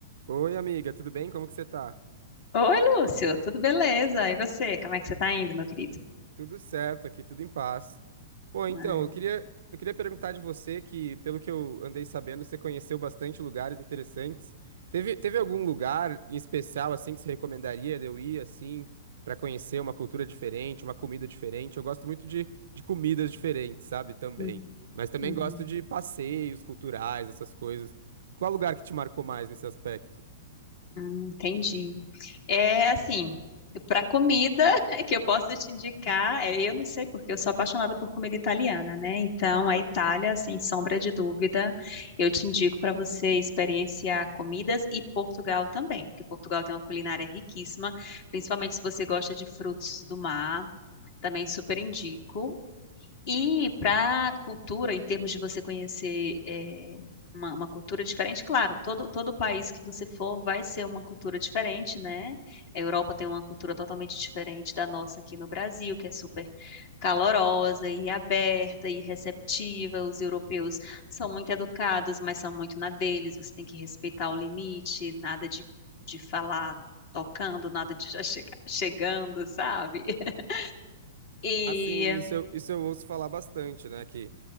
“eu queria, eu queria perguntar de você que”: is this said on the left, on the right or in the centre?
Right